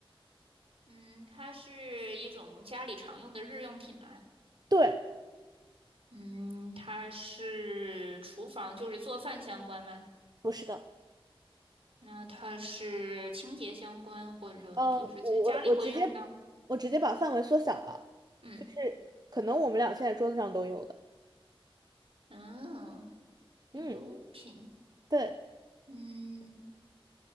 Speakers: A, on the right (about 75°); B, on the right (about 45°).
A: 嗯，它是一种家里常用的日用品嘛。
B: 对，
A: 嗯，它是厨房，就是做饭相关吗？
B: 不是的，
A: 那它是清洁相关，或者就是在家里会用到。
B: 嗯，我我我直接我直接把范围缩小吧，
A: 嗯
B: 就是可能我们俩现在桌子上都有的，
A: 嗯，一个物品，
B: 嗯，对，
A: 嗯，